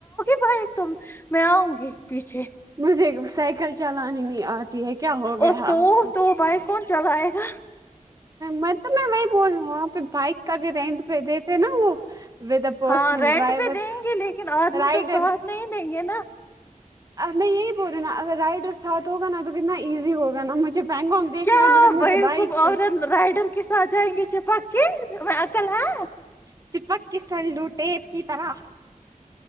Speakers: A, on the left (about 15°); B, on the right (about 25°).
A: بھائی تم میں آؤنگی پیچھے
B: مجھے سائیکل چلانی نہیں آتی ہے کیا ہو گیا
A: اور
B: ہے
A: تو
B: آپ کو
A: تو بائک کون چلائے گا
B: میں تو میں وہی بول رہی ہوں وہاں پہ بائکس کا بھی رینٹ پہ دیتے نا وہ وادہ پسن
A: ہاں رینٹ
B: ڈرائیور
A: پہ دیں گے لیکن آدمی
B: رائڈر
A: تو ساتھ نہیں دیں گے نا
B: میں یہی بول رہی ہوں نا اگر رائٹ اور ساتھ ہوگا نا تو کتنا ایزی ہوگا نا مجھے پہنگوک دیکھنا
A: کیا
B: ہے مگر
A: بھائی
B: مجھے بائک
A: خوب
B: پہ
A: عورت رائڈر کے ساتھ جائیں گے چیپکے عاقل ہے
B: <unintelligible> ٹیپ کی طرح